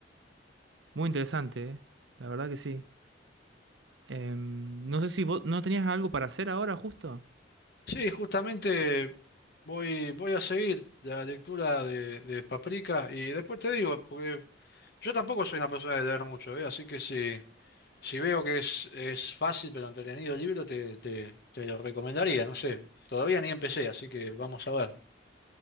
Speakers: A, on the right (about 75°); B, on the left (about 55°).
A: Muy interesante, ¿eh? La verdad que sí. Em, no sé si vos no tenías algo para hacer ahora justo.
B: Sí, justamente voy, voy a seguir la lectura de, de Paprika y después te digo, porque yo tampoco soy una persona de leer mucho, ¿eh? Así que si, si veo que es, es fácil pero entretenido el libro, te, te, te lo recomendaría. No sé, todavía ni empecé, así que vamos a ver.